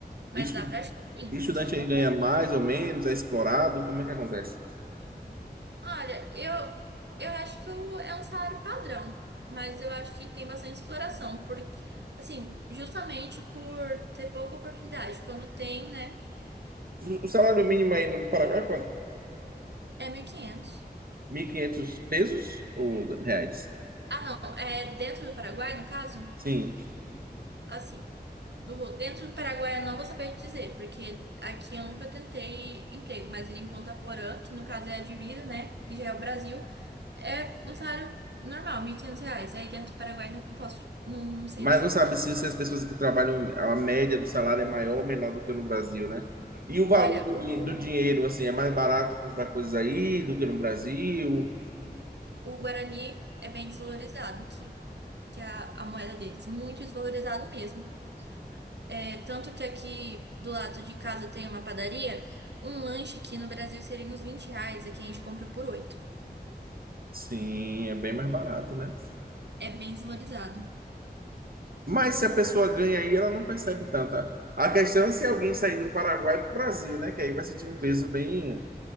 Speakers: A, on the right; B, on the right.
A: Mas
B: Estu-
A: dá para achar sim,
B: Estudante
A: só é um
B: aí
A: pouco
B: ganha
A: mais difícil.
B: mais ou menos? É explorado? Como é que acontece?
A: Olha, eu, eu acho que o- é um salário padrão, mas eu acho que tem bastante exploração, porque, assim, justamente por ter pouca oportunidade. Quando tem, né,
B: O o salário mínimo aí no Paraguai é quanto?
A: é 1.500.
B: 1.500 pesos ou reais?
A: Ah, não, é dentro do Paraguai, no caso?
B: Sim.
A: Assim, do, dentro do Paraguai eu não vou saber te dizer, porque aqui eu nunca tentei emprego, mas ele em Ponta Porã, que no caso é a de Vira, né, que já é o Brasil, é um salário normal, 1.500 reais. Aí dentro do Paraguai não posso, não, não sei
B: Mas
A: dizer.
B: não sabe se, se as pessoas que trabalham, a média do salário é maior ou menor do que no Brasil, né? E o
A: Olha,
B: valor do,
A: o,
B: din- do dinheiro, assim, é mais barato comprar coisas aí do que no Brasil?
A: O Guarani é bem desvalorizado aqui, que é a, a moeda deles, muito desvalorizado mesmo. É, tanto que aqui do lado de casa tem uma padaria, um lanche aqui no Brasil seria uns 20 reais, aqui a gente compra por oito,
B: Sim, é bem mais barato, né?
A: É bem desvalorizado.
B: Mas se a pessoa ganha aí, ela não percebe tanto. A a questão é se alguém sair do Paraguai para o Brasil, né? Que aí vai sentir um peso bem